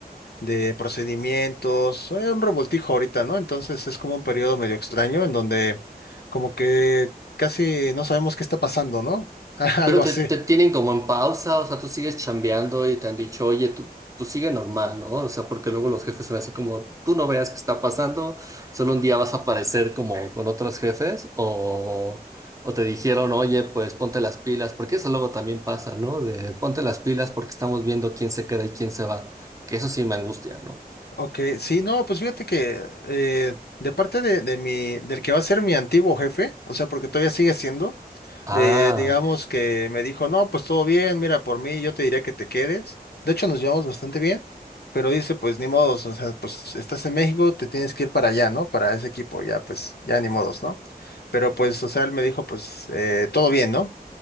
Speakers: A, on the left; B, on the right.
A: de procedimientos, hay un revoltijo ahorita, ¿no? Entonces es como un periodo medio extraño en donde como que casi no sabemos qué está pasando, ¿no? <laughs> Algo
B: Pero te,
A: así.
B: te tienen como en pausa, o sea, tú sigues chambeando y te han dicho, oye, tú, tú sigue normal, ¿no? O sea, porque luego los jefes son así como, tú no veas qué está pasando, solo un día vas a aparecer como con otros jefes, o, o te dijeron, oye, pues ponte las pilas, porque eso luego también pasa, ¿no? De ponte las pilas porque estamos viendo quién se queda y quién se va, que eso sí me angustia, ¿no?
A: Ok, sí, no, pues fíjate que eh, de parte de, de mi, del que va a ser mi antiguo jefe, o sea, porque todavía sigue siendo,
B: Ah,
A: eh, digamos que me dijo, no, pues todo bien, mira, por mí yo te diría que te quedes. De hecho, nos llevamos bastante bien, pero dice, pues ni modos, o sea, pues estás en México, te tienes que ir para allá, ¿no? Para ese equipo, ya, pues, ya ni modos, ¿no? Pero pues, o sea, él me dijo, pues, eh, todo bien, ¿no?